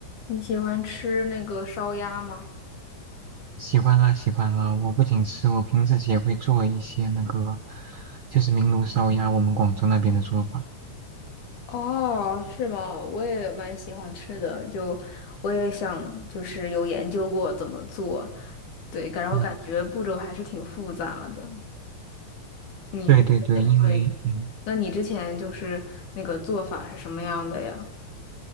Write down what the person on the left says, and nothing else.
你喜欢吃那个烧鸭吗？
哦，是吗？我也蛮喜欢吃的，就我也想，就是有研究过怎么做，对，然后感觉步骤还是挺复杂的。
你，
你
对，那你之前就是那个做法是什么样的呀？